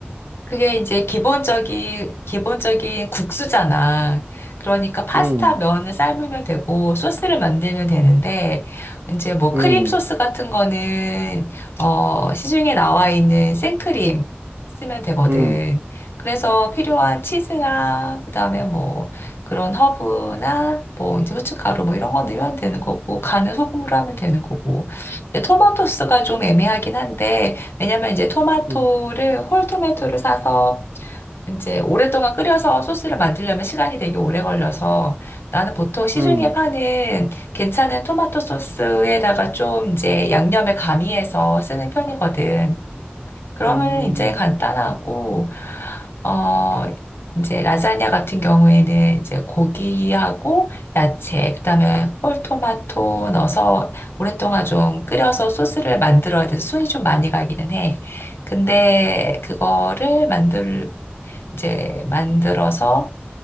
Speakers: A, on the left; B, on the right.
A: 그게 이제 기본적인, 기본적인 국수잖아. 그러니까 파스타
B: 음.
A: 면을 삶으면 되고, 소스를 만들면 되는데, 이제 뭐 크림
B: 음.
A: 소스 같은 거는, 어, 시중에 나와 있는 생크림 쓰면 되거든.
B: 음.
A: 그래서 필요한 치즈나, 그 다음에 뭐 그런 허브나, 뭐 이제 후춧가루 뭐 이런 거 넣으면 되는 거고, 간은 소금으로 하면 되는 거고. 근데 토마토 소스가 좀 애매하긴 한데, 왜냐면 이제 토마토를
B: 음.
A: 홀 토마토를 사서 이제 오랫동안 끓여서 소스를 만들려면 시간이 되게 오래 걸려서 나는 보통 시중에
B: 음,
A: 파는 괜찮은 토마토 소스에다가 좀 이제 양념을 가미해서 쓰는 편이거든. 그러면
B: 음.
A: 이제 간단하고, 어, 이제 라자냐 같은 경우에는 이제 고기하고 야채, 그다음에 홀토마토 넣어서 오랫동안 좀 끓여서 소스를 만들어야 돼서 손이 좀 많이 가기는 해. 근데 그거를 만들, 이제 만들어서